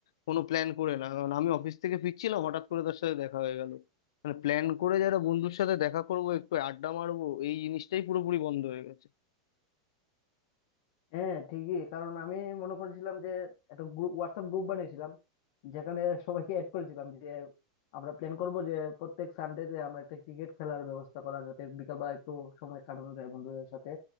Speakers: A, on the left; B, on the left.
A: কোনো প্ল্যান করে না কারণ আমি অফিস থেকে ফিরছিলাম হঠাৎ করে তার সাথে দেখা হয়ে গেল মানে প্ল্যান করে যারা বন্ধুর সাথে দেখা করবো একটু আড্ডা মারবো এই জিনিসটাই পুরোপুরি বন্ধ হয়ে গেছে
B: হ্যাঁ ঠিকই কারণ আমি মনে করেছিলাম যে একটা গ্রুপ হোয়াটসঅ্যাপ গ্রুপ বানিয়েছিলাম যেখানে সবাইকে অ্যাড করেছিলাম যে আমরা প্ল্যান করব যে প্রত্যেক সানডে তে আমরা একটা ক্রিকেট খেলার ব্যবস্থা করা যাতে বিকালবেলা একটু সময় কাটানো যায় বন্ধুদের সাথে